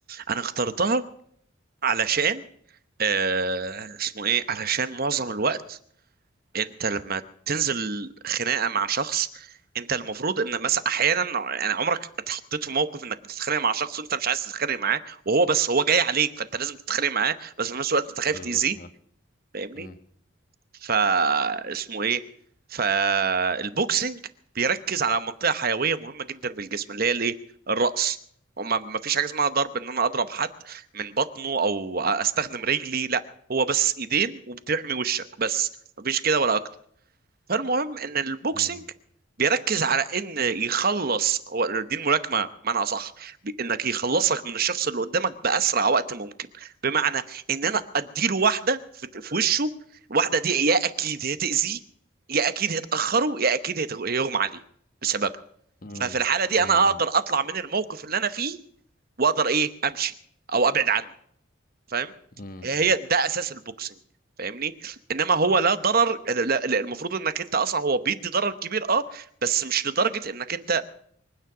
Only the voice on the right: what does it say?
انا اخترتها علشان آه اسمه ايه علشان معظم الوقت انت لما تنزل خناقه مع شخص انت المفروض ان مثلا احيانا يعني عمرك اتحطيت في موقف انك بتتخانق مع شخص وانت مش عايز تتخانق معاه وهو بس هو جاي عليك فانت لازم تتخانق معاه بس في نفس الوقت انت خايف
تاذيه
فاهمني
فا اسمه ايه فالبوكسنج بيركز على منطقه حيويه مهمه جدا في الجسم اللي هي الايه الراس وما ما فيش حاجه اسمها ضرب ان انا اضرب حد من بطنه او استخدم رجلي لا هو بس ايدين وبتحمي وشك بس مفيش كده ولا اكتر فالمهم ان البوكسنج
بيركز على ان يخلص هو دي الملاكمه بمعنى اصح بي- انك يخلصك من الشخص اللي قدامك باسرع وقت ممكن بمعنى ان انا اديله واحده في في وشه واحده دي يا اكيد هتاذيه يا اكيد هتاخره يا اكيد هت- هيغمى عليه بسببها
ففي الحاله دي
انا اقدر اطلع من الموقف اللي انا فيه واقدر ايه امشي او ابعد عنه فاهم
هي ده اساس البوكسنج فاهمني انما هو لا ضرر لا لا، المفروض انك انت اصلا هو بيدي ضرر كبير اه بس مش لدرجة انك انت